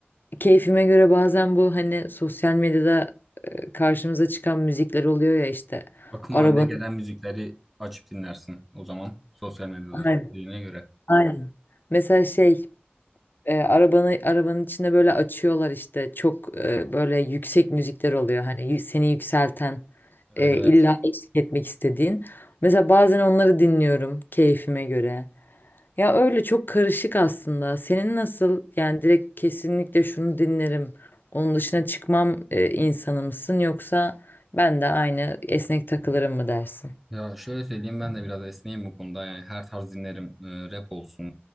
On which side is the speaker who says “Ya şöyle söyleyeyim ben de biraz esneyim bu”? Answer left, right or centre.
Centre